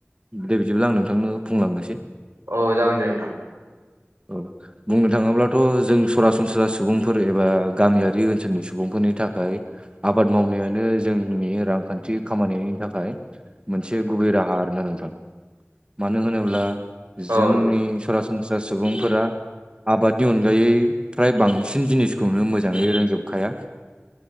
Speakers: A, on the right; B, on the right.
A: दे बिदिब्ला आं नोंथांनो बुंलांनोसै।
B: औ जागोन दे नोंथां।
A: अ। बुंनो थाङोब्लाथ' जों सरासनस्रा सुबुंफोर एबा गामियारि ओनसोलनि सुबुंफोरनि थाखाय आबाद मावनायानो जोंनि रांखान्थि खामानिनि थाखाय मोनसे गुबै राहा आरा नोंथां मानो होनोब्ला
B: औ
A: जोंनि
B: नोंथां
A: सरासनस्रा सुबुंफोरा आबादनि अनगायै फ्राय बांसिन जिनिसखौनो मोजाङै रोंजोबखाया।